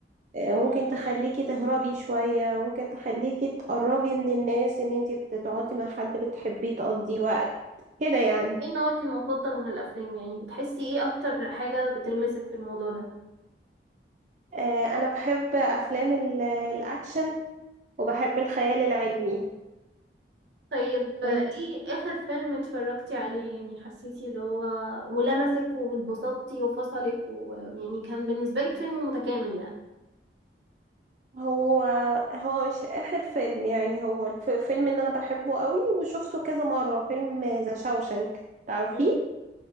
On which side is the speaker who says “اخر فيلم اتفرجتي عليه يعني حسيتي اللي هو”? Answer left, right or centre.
Right